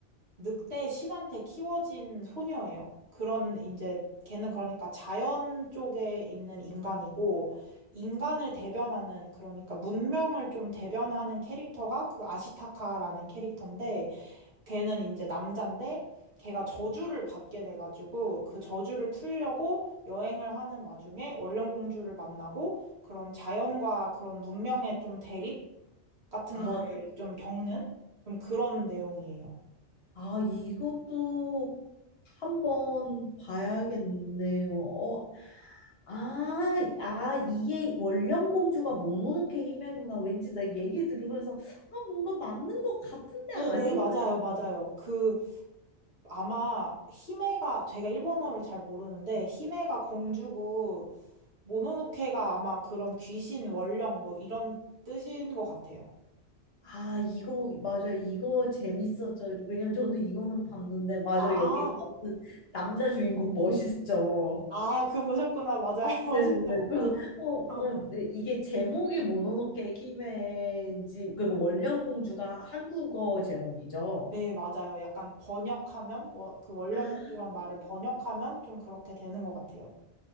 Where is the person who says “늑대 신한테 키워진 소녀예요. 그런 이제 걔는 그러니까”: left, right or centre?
Right